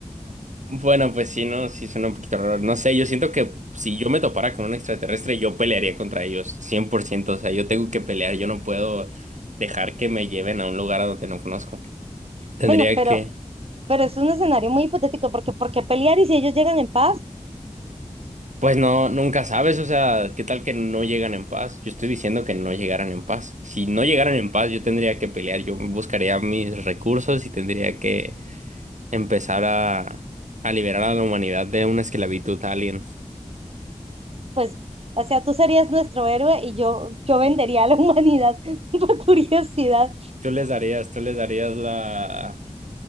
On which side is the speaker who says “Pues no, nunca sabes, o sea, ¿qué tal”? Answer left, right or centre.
Right